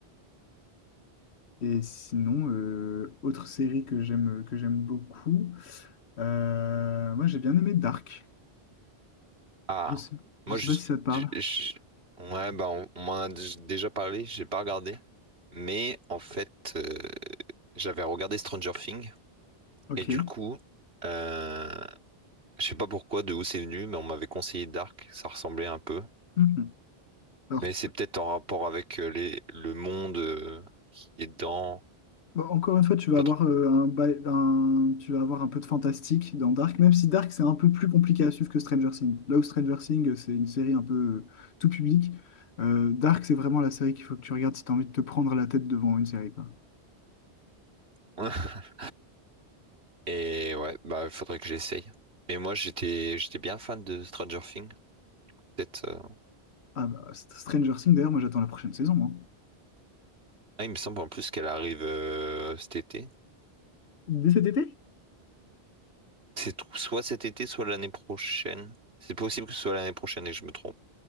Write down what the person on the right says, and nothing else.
Ah,
moi,
je...
je- je- Ouais, bah, on, on m'en a d- déjà parlé, j'ai pas regardé. Mais en fait, euh, j'avais regardé Stranger Things,
et du coup... euh, Je sais pas pourquoi, de où c'est venu, mais on m'avait conseillé Dark, ça ressemblait un peu.
Mais c'est peut-être en rapport avec euh, les, le monde euh, qui est dedans,
pas
trop.
<laughs> Et ouais, bah il faudrait que j'essaye. Mais moi j'étais j'étais bien fan de Stranger Things. Peut-être. euh,
Ah, il me semble en plus qu'elle arrive euh, cet été.
C'est tout- soit cet été, soit l'année prochaine. C'est possible que ce soit l'année prochaine et que je me trompe.